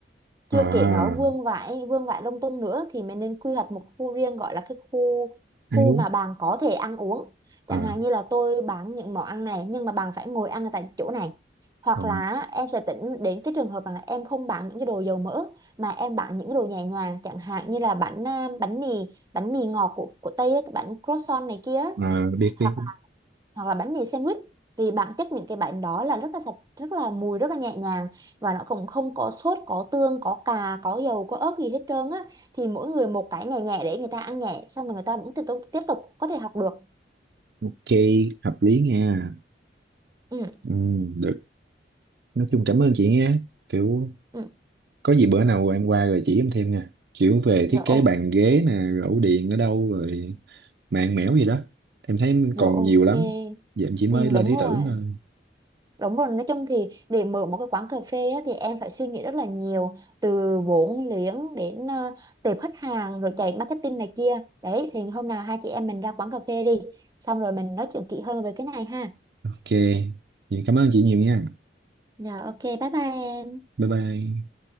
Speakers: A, on the right (about 20°); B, on the right (about 60°).
A: chưa
B: à
A: kể nó vương vãi vương vãi lung tung nữa thì mình nên quy hoạch một khu riêng gọi là cái khu khu
B: ăn uống
A: mà bạn có thể ăn uống chẳng
B: à,
A: hạn như là tôi bán những món ăn này nhưng mà bạn phải ngồi ăn ở tại chỗ này hoặc
B: à,
A: là em sẽ tính đến cái trường hợp rằng là em không bán những cái đồ dầu mỡ mà em bán những cái đồ nhẹ nhàng chẳng hạn như là bánh à, bánh mì bánh mì ngọt của của Tây ấy, cái bánh croissant này kia
B: à biết
A: hoặc
B: biết
A: hoặc là bánh mì sandwich vì bản chất những cái bánh đó là rất là sạch rất là mùi rất là nhẹ nhàng và nó cũng không có sốt có tương có cà có dầu có ớt gì hết trơn á thì mỗi người một cái nhẹ nhẹ để người ta ăn nhẹ xong rồi người ta vẫn tiếp tục tiếp tục có thể học được
B: ok hợp lý nha
A: ừ,
B: ừ, được nói chung cảm ơn chị nha kiểu
A: ừ.
B: có gì bữa nào em qua rồi chỉ em thêm nha kiểu về
A: rồi
B: thiết kế
A: ô
B: bàn ghế nè rồi ổ điện ở đâu rồi mạng mẽo gì đó em thấy em
A: rồi
B: còn
A: ok
B: nhiều lắm giờ em chỉ mới
A: ừ,
B: lên
A: đúng
B: ý
A: rồi
B: tưởng thôi
A: Đúng rồi, nói chung thì để mở một cái quán cà phê á, thì em phải suy nghĩ rất là nhiều từ vốn liếng đến ờ, tệp khách hàng rồi chạy marketing này kia. Đấy thì hôm nào hai chị em mình ra quán cà phê đi, xong rồi mình nói chuyện kỹ hơn về cái này ha.
B: ok vậy cảm ơn chị nhiều nha
A: Dạ ok, bye bye em.
B: bye bye